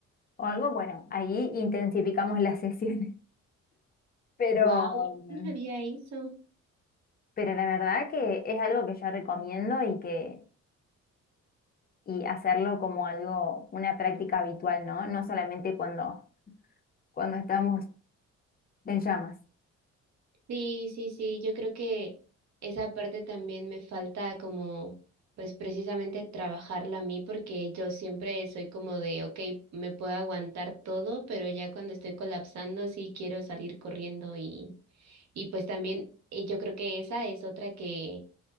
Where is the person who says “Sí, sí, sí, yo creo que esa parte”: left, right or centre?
Right